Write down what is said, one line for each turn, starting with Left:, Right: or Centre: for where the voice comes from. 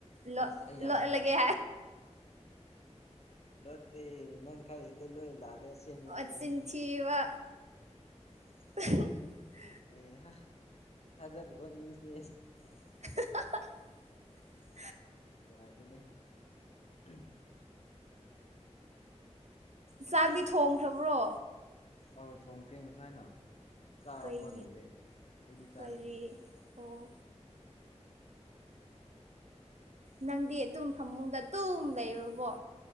Right: ꯂꯣꯠ
Left: ꯑꯁ ꯑꯩ ꯌꯥꯝ
Right: ꯂꯣꯠꯂꯒꯦ
Left: ꯂꫭꯠꯇ‌ꯦ ꯅꯪ ꯈꯟꯂꯤꯗꫭ ꯂꯣꯏ ꯂꯥꯜꯂꯦ ꯑꯁꯦꯡꯕꯅꯦ
Right: ꯅꯆꯤꯟ ꯊꯤꯕ ꯎ <unintelligible>
Left: ꯍꯩꯍꯥ ꯊꯥꯖꯗꯕ ꯃꯤꯁꯦ
Right: <inaudible>
Left: ꯌꯥꯗꯅꯦ ꯎꯝ
Right: ꯆꯥꯛꯗꯤ ꯊꯣꯡꯈ꯭ꯔꯕ꯭ꯔꯣ
Left: ꯑꯧ ꯊꯣꯡꯈ꯭ꯔꯦ ꯉꯁꯥꯏꯅ ꯆꯥꯕ
Right: ꯀꯔꯤ
Left: ꯐꯜꯍꯧꯔꯦ ꯑꯩꯗꯤ ꯆꯥꯗ꯭ꯔꯤ
Right: ꯀꯔꯤ ꯑꯣ ꯅꯪꯗꯤ ꯑꯗꯨꯨꯝ ꯐꯃꯨꯡꯗ ꯑꯗꯨꯨꯝ ꯂꯩꯔꯕꯣ